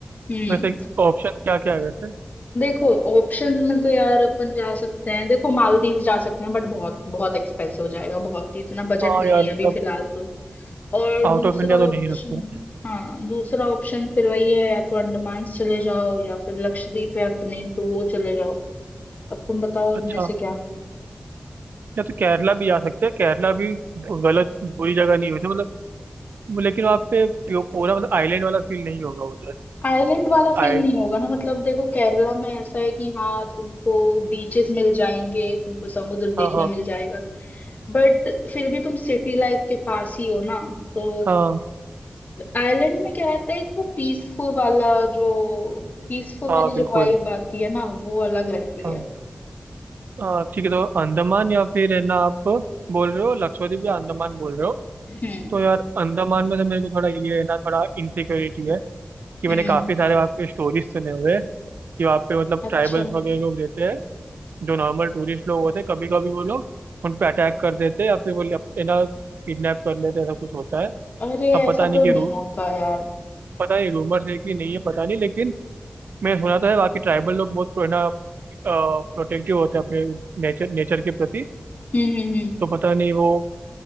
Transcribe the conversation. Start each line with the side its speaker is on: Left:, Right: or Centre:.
Left: हम्म
Right: वैसे ऑप्शन क्या क्या है वैसे
Left: देखो ऑप्शन में तो यार अपन जा सकते हैं देखो मालदीव जा सकते हैं बट बहुत बहुत एक्सपेंसिव हो जाएगा बहुत ही इतना बजट
Right: हाँ
Left: नहीं
Right: यार
Left: है
Right: मतलब
Left: अभी फिलहाल तो और
Right: आउट
Left: दूसरा
Right: ऑफ इंडिया तो नहीं
Left: ऑप्शन
Right: रखते
Left: हाँ दूसरा ऑप्शन फिर वही है या तो अंडमान चले जाओ या फिर लक्षद्वीप है अपने तो वो चले जाओ अब तुम बताओ
Right: अच्छा
Left: इनमें से क्या
Right: या तो केरला भी जा सकते हैं केरला भी गलत बुरी जगह नहीं हुई थी मतलब लेकिन वहाँ पे प्यो- पूरा मतलब आइलैंड वाला फील नहीं होगा उधर
Left: आइलैंड वाला
Right: आए
Left: फील नहीं होगा ना मतलब देखो केरला में ऐसा है कि हाँ तुमको बीचेस मिल जाएंगे तुमको समुद्र देखने
Right: हाँ हाँ
Left: मिल जाएगा बट फिर भी तुम सिटी लाइफ के पास ही हो ना तो
Right: हाँ
Left: आयरलैंड में क्या रहता है एक वो पीसफुल वाला जो पीसफुल
Right: हाँ
Left: वाली
Right: बिल्कुल
Left: जो वाइब आती है ना वो अलग रहती
Right: हाँ।
Left: है
Right: हाँ ठीक है तो अंडमान या फिर है ना आप बोल रहे हो लक्षद्वीप या अंडमान बोल रहे हो
Left: हम्म
Right: तो यार अंडमान में तो मेरे को थोड़ा ये है ना थोड़ा इनसिक्योरिटी है कि
Left: हम्म
Right: मैंने काफ़ी सारे वहाँ पे स्टोरीज सुने हुए हैं कि वहाँ पे मतलब
Left: अच्छा
Right: ट्राइबल्स वगैरह लोग रहते हैं जो नॉर्मल टूरिस्ट लोग होते हैं कभी कभी वो लोग उन पे अटैक कर देते हैं या फिर वो ल- है ना किडनैप कर लेते हैं ऐसा कुछ होता है
Left: अरे
Right: अब पता
Left: ऐसा
Right: नहीं
Left: तो
Right: कि
Left: नहीं
Right: रू
Left: होता यार
Right: पता नहीं रूमर्स है कि नहीं है पता नहीं लेकिन मैंने सुना तो है बाकी ट्राइबल लोग बहुत है ना प्रोटेक्टिव होते हैं अपने नेचर नेचर के प्रति
Left: हम्म हम्म हम्म
Right: तो पता नहीं वो